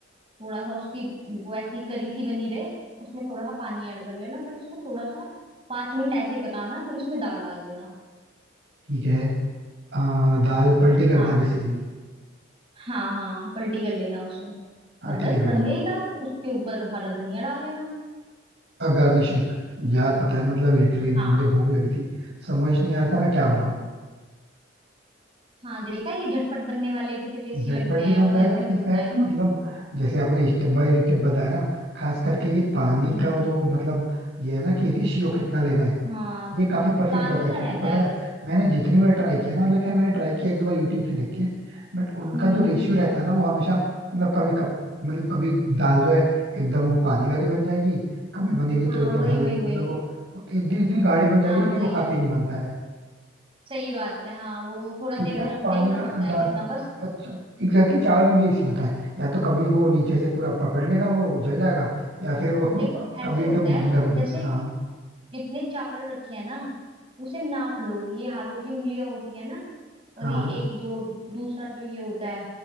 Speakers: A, on the right (about 30°); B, on the right (about 65°).
A: थोड़ा सा उसकी वो ऐसी करी सी बनी रहे उसमें थोड़ा सा पानी ऐड कर लेना फिर उसको थोड़ा सा पांच मिनट ऐसे ही पकाना फिर उसमें दाल डाल देना
B: ठीक है अ, दाल पलटी करना
A: हाँ
B: है बेसिकली
A: हाँ हाँ पलटी कर लेना उसमें
B: हाँ
A: और
B: ठीक
A: बस
B: है कर
A: बन
B: दूंगा
A: गई दाल उसके ऊपर हरा धनिया डाल लेना
B: और गार्निशिंग यार पता है मतलब लिटरली ना
A: हाँ
B: मुझे भूख लगी थी समझ नहीं आ रहा था मैं क्या बनाऊं
A: हाँ देखा ये झटपट बनने वाले कितने टेस्टी
B: झटपट
A: लगते
B: भी
A: हैं
B: बन
A: और
B: जाएगा
A: हेल्दी
B: इनफैक्ट
A: भी होते हैं
B: मतलब जैसे आपने स्टेप बाय स्टेप बताया ना खास करके ये पानी
A: हम्म
B: का जो मतलब ये है ना कि रेशियो कितना लेना है
A: हाँ
B: ये काफी परफेक्ट
A: पानी
B: बताया
A: का
B: क्योंकि
A: रहता
B: पता
A: है
B: है
A: बस
B: मैंने जितनी बार ट्राई किया ना मतलब खैर मैंने ट्राई किया एक दो बार यूट्यूब से देख के बट उनका
A: हम्म
B: जो रेशियो
A: हम्म हम्म
B: रहता है ना वो हमेशा मतलब कभी कप मतलब कभी दाल जो है एकदम वो पानी वाली बन जाएगी कभी बनेगी
A: हाँ
B: तो एकदम
A: वही
B: हलवे
A: वही
B: मतलब
A: वही
B: वो वो इतनी इतनी गाढ़ी बन जाएगी
A: हाँ
B: ना कि
A: वही
B: वो खाते ही नहीं बनता है
A: सही बात है हाँ वो थोड़ा
B: क्योंकि
A: देख
B: यार पानी
A: देखना
B: का
A: पड़ता
B: अंदाज
A: है कितना बस
B: अच्छा एग्जैक्टली exactly, चावल में भी यही सीन होता है या तो कभी वो नीचे से पूरा पकड़ लेगा वो जल जाएगा या फिर वो
A: देखो
B: <laughs>
A: ऐसे
B: कभी
A: होता
B: एकदम गीला
A: है
B: बन
A: जैसे
B: जाएगा हाँ
A: जितने चावल रखे हैं ना उसे नाप लो ये हाथों की उंगलियां होती है ना और
B: हाँ
A: ये एक दो दूसरा जो ये होता है